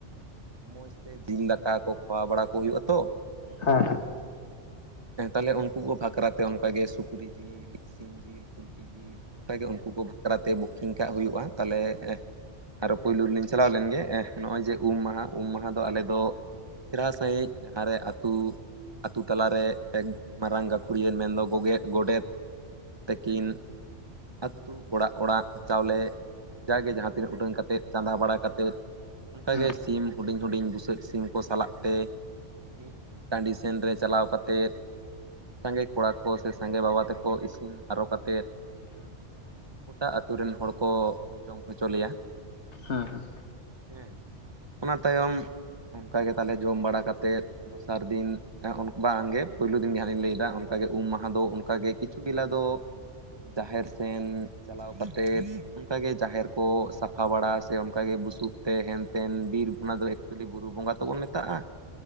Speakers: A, on the right; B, on the left.
A: ᱢᱚᱸᱡᱛᱮ ᱡᱤᱞ ᱫᱟᱠᱟ ᱠᱚ ᱠᱷᱟᱣᱟ ᱵᱟᱲᱟ ᱠᱚ ᱦᱩᱭᱩᱜᱼᱟ ᱛᱚ,
B: ᱦᱮᱸ ᱦᱮᱸ᱾
A: ᱦᱮᱸ ᱛᱟᱦᱞᱮ ᱩᱱᱠᱩ ᱠᱚ ᱵᱟᱠᱷᱨᱟᱛᱮ ᱚᱱᱠᱟᱜ ᱜᱮ ᱥᱩᱠᱨᱤ ᱡᱤᱞ ᱥᱤᱢ ᱡᱤᱞ ᱯᱩᱞᱴᱤ ᱡᱤᱞ ᱚᱱᱠᱟᱜᱮ ᱩᱱᱠᱩ ᱠᱚ ᱵᱟᱠᱷᱨᱟᱛᱮ ᱵᱩᱠᱤᱝ ᱠᱟᱜ ᱦᱩᱭᱩᱜᱼᱟ ᱛᱟᱞᱮ ᱟᱨᱚ ᱯᱩᱭᱞᱩ ᱨᱮᱞᱤᱧ ᱪᱟᱞᱟᱣ ᱞᱮᱱᱜᱮ ᱮᱸ ᱱᱚᱜᱼᱚᱭ ᱡᱮ ᱩᱢ ᱢᱟᱦᱟ ᱩᱢ ᱢᱟᱦᱟ ᱫᱚ ᱟᱞᱮ ᱫᱚ ᱪᱮᱨᱦᱟ ᱥᱟᱺᱦᱤᱡ ᱡᱟᱦᱟᱸᱨᱮ ᱟᱹᱛᱩ ᱟᱛᱩ ᱛᱟᱞᱟᱨᱮ ᱮᱜ ᱢᱟᱨᱟᱝ ᱜᱟᱹᱠᱷᱩᱲᱤᱭᱟᱹᱱ ᱢᱮᱱᱫᱚ ᱜᱚᱜᱮ ᱜᱚᱰᱮᱛ ᱛᱟᱹᱠᱤᱱ ᱟᱹᱛᱩ ᱚᱲᱟᱜ ᱚᱲᱟᱜ ᱪᱟᱣᱞᱮ ᱡᱟᱜᱮ ᱡᱟᱦᱟᱸ ᱛᱤᱱᱟᱹᱜ ᱩᱰᱟᱹᱝ ᱠᱟᱛᱮᱫ, ᱪᱟᱸᱫᱟ ᱵᱟᱲᱟ ᱠᱟᱛᱮᱫ, ᱚᱱᱠᱟᱜᱮ
B: ᱦᱮᱸ
A: ᱥᱤᱢ ᱦᱩᱰᱤᱧ ᱦᱩᱰᱤᱧ ᱵᱩᱥᱟᱹᱜ ᱥᱤᱢ ᱠᱚ ᱥᱟᱞᱟᱜ ᱛᱮ, ᱢᱤᱫ ᱴᱟᱺᱰᱤ ᱥᱮᱱ ᱨᱮ ᱪᱟᱞᱟᱣ ᱠᱟᱛᱮᱫ ᱥᱟᱸᱜᱮ ᱠᱚᱲᱟ ᱠᱚ ᱥᱮ ᱥᱟᱸᱜᱮ ᱵᱟᱵᱟ ᱛᱮᱟᱠᱚ ᱤᱥᱤᱱ ᱟᱨᱚ ᱠᱟᱛᱮᱫ ᱜᱚᱴᱟ ᱟᱛᱩ ᱨᱮᱱ ᱦᱚᱲ ᱠᱚ ᱡᱚᱢ ᱦᱚᱪᱚ ᱞᱮᱭᱟ᱾
B: ᱦᱮᱸ ᱦᱮᱸ᱾
A: ᱦᱮᱸ ᱚᱱᱟ ᱛᱟᱭᱚᱢ, ᱚᱱᱠᱟ ᱜᱮ ᱛᱟᱦᱞᱮ ᱡᱚᱢ ᱵᱟᱲᱟ ᱠᱟᱛᱮᱫ, ᱫᱚᱥᱟᱨ ᱫᱤᱱ ᱦᱮ ᱚᱱᱚ ᱵᱟᱝᱜᱮ ᱯᱩᱭᱞᱩ ᱫᱤᱱ ᱦᱟᱸᱜ ᱤᱧ ᱞᱟᱹᱭᱫᱟ ᱚᱱᱠᱟᱜᱮ ᱩᱢ ᱢᱟᱦᱟ ᱫᱚ ᱚᱱᱠᱟᱜᱮ ᱠᱤᱪᱷᱩ ᱜᱮᱞᱟ ᱫᱚ ᱡᱟᱦᱮᱨ ᱥᱮᱱ ᱪᱟᱞᱟᱣ ᱠᱟᱛᱮᱫ, ᱚᱱᱠᱟᱜᱮ ᱡᱟᱦᱮᱨ ᱠᱚ ᱥᱟᱯᱷᱟ ᱵᱟᱲᱟ ᱥᱮ ᱚᱱᱠᱟᱜ ᱜᱮ ᱵᱩᱥᱩᱵ ᱛᱮ ᱦᱮᱱᱛᱮᱱ ᱵᱤᱨ ᱚᱱᱟ ᱫᱚ ᱮᱠᱪᱩᱣᱞᱤ ᱵᱩᱨᱩ ᱵᱚᱸᱜᱟ ᱛᱵᱚᱱ ᱢᱮᱛᱟᱜᱼᱟ